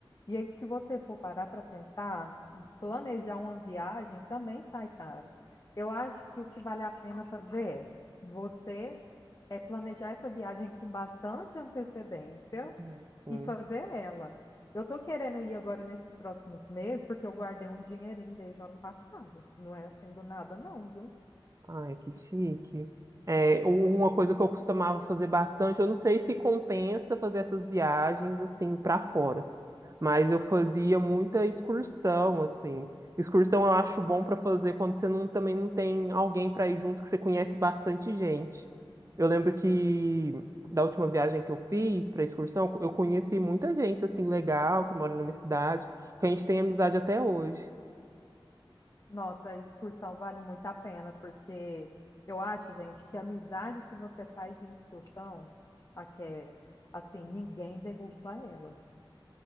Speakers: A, on the left; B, on the right.
A: E aí, se você for parar para pensar, planejar uma viagem também sai caro. Eu acho que o que vale a pena fazer é você é planejar essa viagem com bastante antecedência
B: Não, sim.
A: e fazer ela. Eu tô querendo ir agora nesses próximos meses porque eu guardei um dinheirinho desde o ano passado. Não é assim do nada, não, viu?
B: Ai, que chique. É, uma coisa que eu costumava fazer bastante, eu não sei se compensa fazer essas viagens assim para fora. Mas eu fazia muita excursão, assim. Excursão eu acho bom para fazer quando você não, também não tem alguém para ir junto, que você conhece bastante gente. Eu lembro que da última viagem que eu fiz para excursão, eu conheci muita gente assim legal que mora na minha cidade, que a gente tem amizade até hoje.
A: Nossa, a excursão vale muito a pena, porque eu acho, gente, que a amizade que você faz em excursão, a que é, assim, ninguém derruba ela.